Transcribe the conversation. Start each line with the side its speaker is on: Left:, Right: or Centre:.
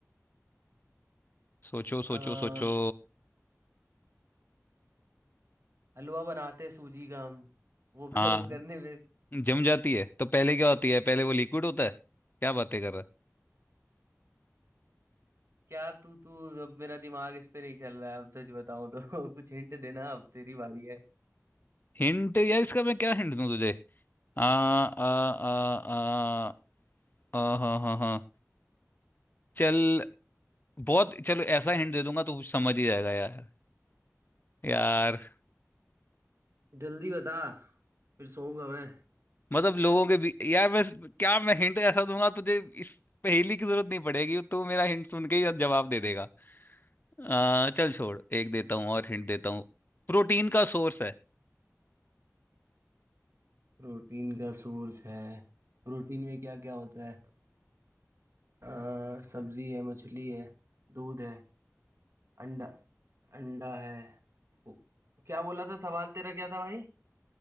Left: सोचो
Right: आ,
Left: सोचो सोचो
Right: हलवा बनाते हैं सूजी का हम वो
Left: हाँ
Right: गर्म करने पे
Left: जम जाती है तो पहले क्या होती है पहले वो लिक्विड होता है क्या बातें कर रहा है
Right: क्या तू तू अब मेरा दिमाग इस पे नहीं चल रहा है अब सच बताऊं तो <laughs> कुछ हिंट देना अब तेरी बारी है
Left: हिंट या इसका मैं क्या हिंट दूं तुझे आ आ आ आ आ हाँ हाँ हाँ चल बहुत चलो ऐसा हिंट दे दूंगा तो समझ ही जाएगा यार यार
Right: जल्दी बता फिर सोऊंगा मैं
Left: मतलब लोगों के भी यार बस क्या मैं हिंट ऐसा दूंगा तुझे इस पहेली की जरूरत नहीं पड़ेगी तू मेरा हिंट सुन के ही जवाब दे देगा आ, चल छोड़ एक देता हूँ और हिंट देता हूँ प्रोटीन का सोर्स है
Right: प्रोटीन का सोर्स है प्रोटीन में क्या क्या होता है अ, सब्जी है मछली है दूध है अंडा अंडा है ओ, क्या बोला था सवाल तेरा क्या था भाई